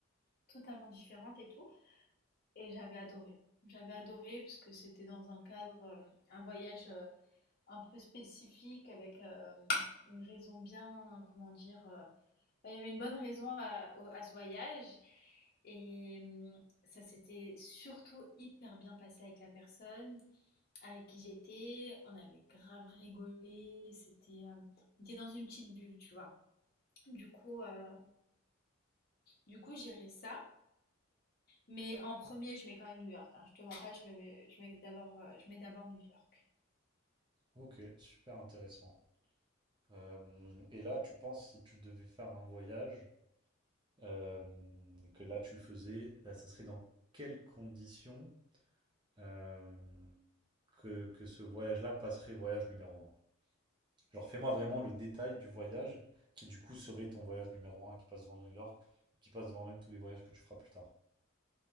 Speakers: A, on the left (about 50°); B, on the right (about 25°).
A: totalement différentes et tout. Et j'avais adoré. J'avais adoré parce que c'était dans un cadre, euh, un voyage euh, un peu spécifique avec euh, une raison bien, comment dire, euh, enfin, il y avait une bonne raison à, au- à ce voyage. Et hum, ça s'était surtout hyper bien passé avec la personne avec qui j'étais, on avait grave rigolé, c'était, euh, on était dans une petite bulle, tu vois. Du coup, euh, du coup, j'irai ça. Mais en premier, je mets quand même New York. hein. Je te mens pas, je mets, je mets d'abord, euh, je mets d'abord New York.
B: Ok, super intéressant. Euh, et là, tu penses si tu devais faire un voyage, euh, que là tu le faisais, là, ça serait dans quelles conditions euh, que, que ce voyage-là passerait voyage numéro un Genre, fais-moi vraiment le détail du voyage qui, du coup, serait ton voyage numéro un qui passe devant New York, qui passe devant même tous les voyages que tu feras plus tard.